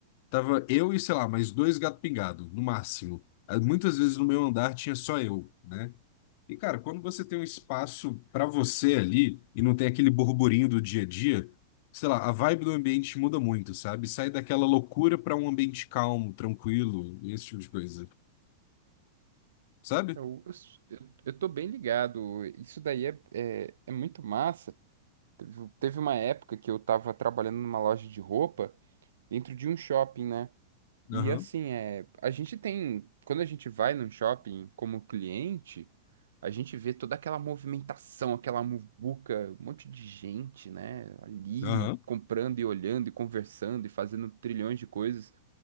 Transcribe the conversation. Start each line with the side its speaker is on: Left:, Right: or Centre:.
Left: Tava eu e, sei lá, mais dois gato pingado, no máximo. Ah, Muitas vezes no meu andar tinha só eu, né? E, cara, quando você tem um espaço pra você ali e não tem aquele burburinho do dia a dia, sei lá, a vibe do ambiente muda muito, sabe? Sai daquela loucura pra um ambiente calmo, tranquilo, esse tipo de coisa, sabe?
Right: Eu, eu, s- eu eu tô bem ligado. Isso daí é, é, é muito massa. Teve teve uma época que eu tava trabalhando numa loja de roupa dentro de um shopping, né? E
Left: Aham,
Right: assim, é, a gente tem, quando a gente vai num shopping como cliente, a gente vê toda aquela movimentação, aquela muvuca, um monte de gente, né? Ali
Left: aham,
Right: comprando e olhando e conversando e fazendo trilhões de coisas.